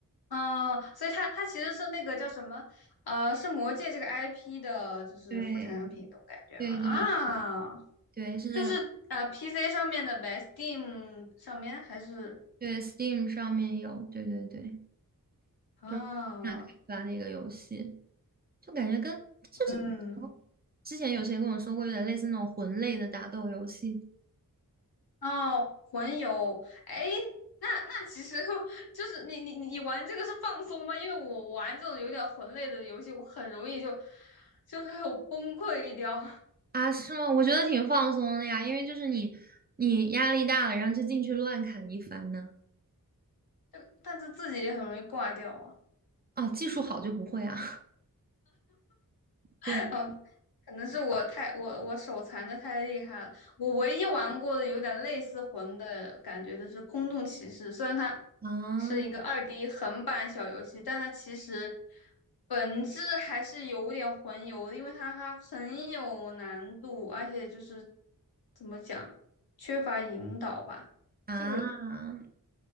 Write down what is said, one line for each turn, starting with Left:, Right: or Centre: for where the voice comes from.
Left: 啊，所以它它其实是那个叫什么，呃，是魔界这个 IP 的，就是副产品，
Right: 对
Left: 我感觉嘛啊。
Right: 对对对，是那个
Left: 就是呃，PC 上面的呗，Steam 上面还是
Right: 对 Steam 上面有，对对对，
Left: 啊，
Right: 就是那开发的一个游戏，就感觉跟就是哦
Left: 嗯，
Right: 之前有谁跟我说过，有点类似那种魂类的打斗游戏
Left: 哦，魂游，哎，那那其实 <laughs> 就是你你你玩这个是放松吗？因为我玩这种有点魂类的游戏，我很容易就就是崩溃掉，
Right: 啊？是吗？我觉得挺放松的呀，因为就是你你压力大了，然后就进去乱砍一番呢。
Left: <laughs> 但是自己也很容易挂掉啊。
Right: 哦，技术好就不会啊？<laughs>
Left: <laughs>
Right: 对
Left: 可能是我太我我手残的太厉害了。我唯一玩过的有点类似魂的感觉的是《空洞骑士》，虽然它
Right: 啊
Left: 是一个 2D 横版小游戏，但它其实本质还是有点魂游的因为它它很有难度，而且就是怎么讲，缺乏引导吧。
Right: 啊，
Left: 这个，
Right: 啊